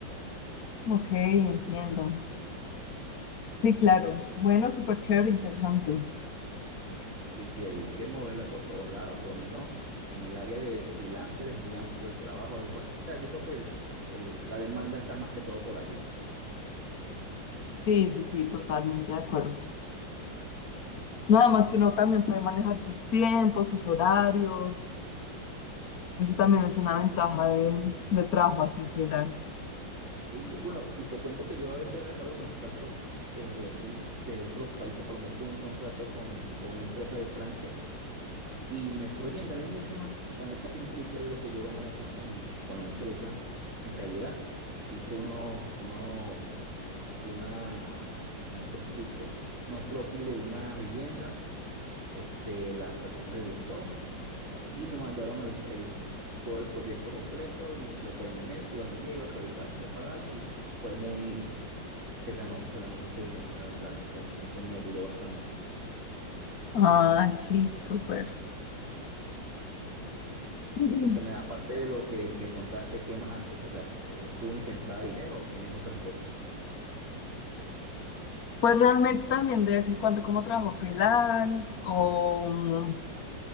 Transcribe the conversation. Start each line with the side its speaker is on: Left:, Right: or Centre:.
Left: Ok, entiendo. Sí, claro. Bueno, súper chévere, interesante.
Right: Sí, sí, ahí hay que moverla por todos lados, por lo menos en el área de freelancer es muy amplio el trabajo. es ba- o sea, yo creo que el- el- la demanda está más que todo por allí.
Left: Sí, sí, sí, totalmente de acuerdo. Nada más que uno también puede manejar sus tiempos, sus horarios. Eso también es una ventaja de, del trabajo así freelance.
Right: Sí, bueno, y te cuento que yo a veces he agarrado contratos desde aquí, de otros países, por lo menos tuve un contrato con, con una empresa de Francia y me fue bien, gané mucho más, gané casi el triple de lo que yo ganaba aquí con, con la empresa. En realidad, hice unos, unos, una, ¿cómo te explico? Unos croquis de una vivienda, este, las personas les gustó y me mandaron el, el- todo el proyecto completo y lo terminé, se los envié, lo revisaron, me pagaron y fue muy que ganó, que ganó mucho dinero, la verdad, eso, eso me ayudó bastante.
Left: Ah, sí, súper. Ujú.
Right: Y cuéntame, aparte de lo que me contaste, ¿qué más haces? O sea, ¿es tu única entrada de dinero o tienes otras cosas?
Left: Pues realmente también de vez en cuando como trabajo freelance o mm,